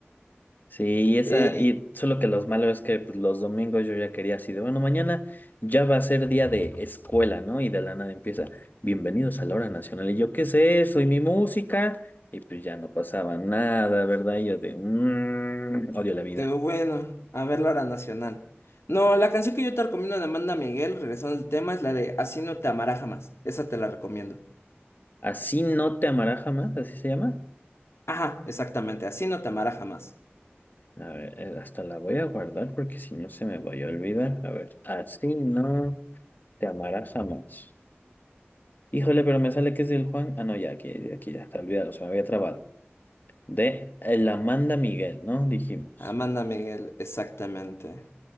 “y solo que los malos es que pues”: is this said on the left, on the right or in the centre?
Left